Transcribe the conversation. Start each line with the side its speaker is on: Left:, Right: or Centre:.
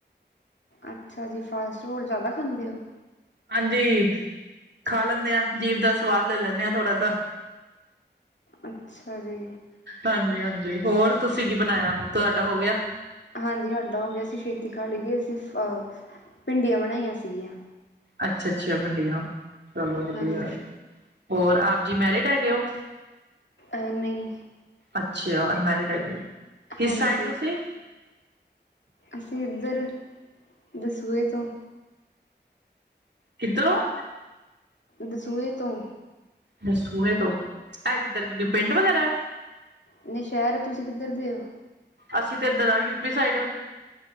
Left: ਅੱਛਾ ਜੀ, ਫਾਸਟ ਫੂਡ ਜ਼ਿਆਦਾ ਖਾਂਦੇ ਹੋ।
Right: ਹਾਂਜੀ, ਖਾ ਲੈਂਦੇ ਆ ਜੀਭ ਦਾ ਸਵਾਦ ਲੈ ਲੈਂਦੇ ਹਾਂ ਥੋੜਾ ਸ
Left: ਅੱਛਾ ਜੀ।
Right: ਹਾਂਜੀ- ਹਾਂਜੀ, ਹੋਰ ਤੁਸੀਂ ਕੀ ਬਣਾਇਆ ਤੁਹਾਡਾ ਹੋ ਗਿਆ!
Left: ਹਾਂਜੀ ਸਾਡਾ ਹੋ ਗਿਆ ਅਸੀਂ ਛੇਤੀ ਖਾ ਲਈ ਦੀ ਅਸੀਂ ਅਹ ਭਿੰਡੀਆਂ ਬਣਾਈਆਂ ਸੀਗੀਆਂ!
Right: ਅੱਛਾ, ਅੱਛਾ ਭਿੰਡੀਆਂ, ਚਲੋ ਵਧੀਆ,
Left: ਹਾਂਜੀ
Right: ਹੋਰ ਆਪ ਜੀ ਮੈਰਿਡ ਹੈਗੇ ਉ
Left: ਅ ਨਹੀਂ।
Right: ਅੱਛਾ ਅਨਮੈਰਿਡ ਹੈਗੇ ਓ! ਕਿਸ
Left: ਹਾਂਜੀ।
Right: ਸਾਈਡ ਤੁਸੀਂ?
Left: ਅਸੀਂ ਇੱਧਰ ਦਸੂਏ ਤੋਂ!
Right: ਕਿਧਰੋਂ!
Left: ਦਸੂਹੇ ਤੋਂ
Right: ਦਸੂਹੇ ਤੋਂ, ਇਹ ਕਿੱਧਰ ਕੀ ਪਿੰਡ ਵਗੈਰਾ ਹੈ
Left: ਨਹੀਂ ਸ਼ਹਿਰ ਤੁਸੀਂ ਕਿੱਧਰ ਦੇ ਹੋ
Right: ਅਸੀਂ ਤੇ ਇੱਧਰ ਹਾਂ ਯੂਪੀ ਸਾਈਡ